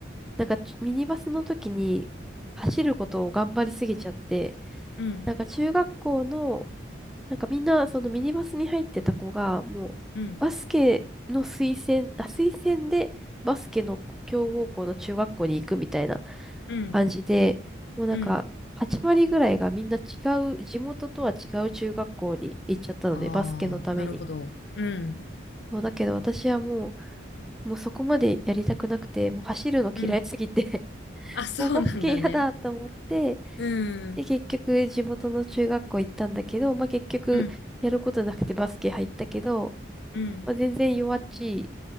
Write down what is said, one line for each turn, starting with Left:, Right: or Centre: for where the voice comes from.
Centre: なんかミニバスの時に走ることを頑張りすぎちゃって、
Left: うん。
Centre: なんか中学校の、なんかみんなそのミニバスに入ってた子が、もうバスケの推薦、
Left: うん。
Centre: あ、推薦でバスケの強豪校の中学校に行くみたいな
Left: うん。
Centre: 感じで、もうなんか8割ぐらいがみんな違
Left: うん。
Centre: う、地元とは違う中学校に行っちゃったので、
Left: ああ、
Centre: バスケのために。
Left: なるほど。うん。
Centre: そうだけど私はもう、もうそこまでやりたくなくて、もう走るの嫌いすぎて
Left: うん。あ、そうなんだね。
Centre: おバスケ嫌だと思って、
Left: うん。
Centre: で、結局地元の中学校行ったんだけど、まあ、結局やることなくてバスケ入ったけど、
Left: うん。うん。
Centre: まあ、全然弱っちい